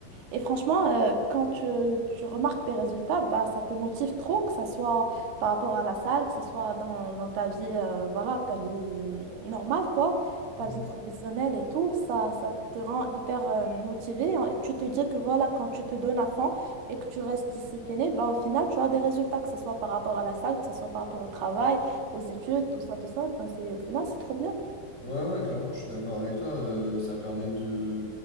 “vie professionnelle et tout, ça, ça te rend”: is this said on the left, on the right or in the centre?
Right